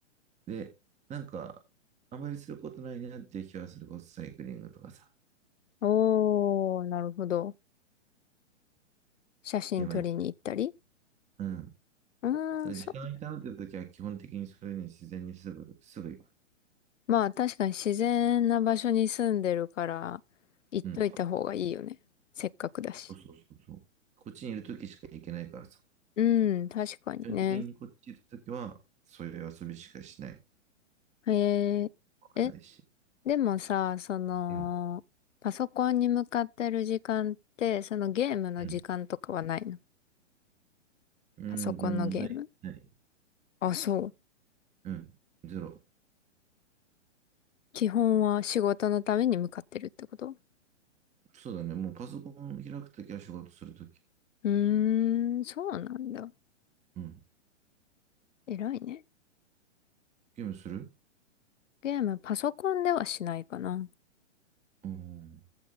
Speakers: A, on the right; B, on the left.
A: で、なんか、あんまりすることないなっていう気はするこそ、サイクリングとかさ、
B: おー、なるほど。写真撮りに行ったり。
A: 今言ってる。うん。
B: うーん、
A: それ時間がいたなっていう時は、
B: そう。
A: 基本的にそれに自然にすぐ、すぐ行く。
B: まあ、確かに自然な場所に住んでるから、行っといた方がいいよね。
A: うん。
B: せっかくだし。
A: そうそうそうそう。こっちにいる時しか行けないからさ。
B: うん、確かにね。
A: 基本的にこっちいる時は、そういう遊びしかしない。
B: へええ、
A: ないし。
B: でもさ、その、
A: うん。
B: パソコンに向かってる時間って、そのゲームの時間とかはないの
A: うん。うん、
B: パソコンのゲーム。
A: うんない。ない。
B: あ、そう。
A: うん。ゼロ。
B: 基本は仕事のために向かってるってこと
A: そうだね。もうパソコン開くときは仕事するとき。
B: うーん、そうなんだ。
A: うん。
B: 偉いね。
A: ゲームする
B: ゲーム、パソコンではしないかな。
A: うん。